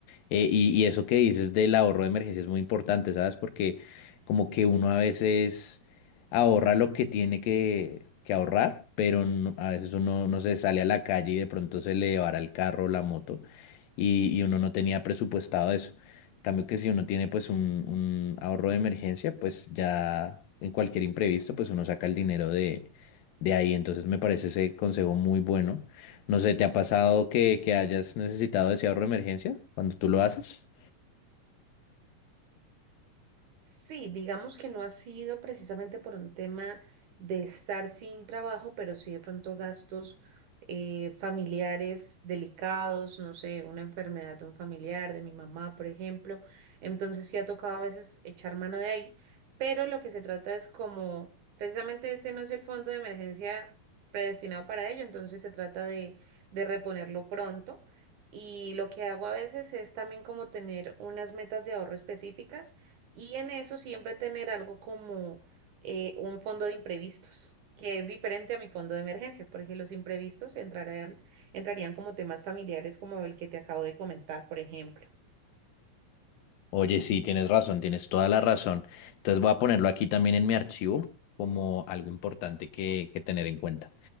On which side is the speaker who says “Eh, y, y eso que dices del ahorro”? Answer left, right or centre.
Left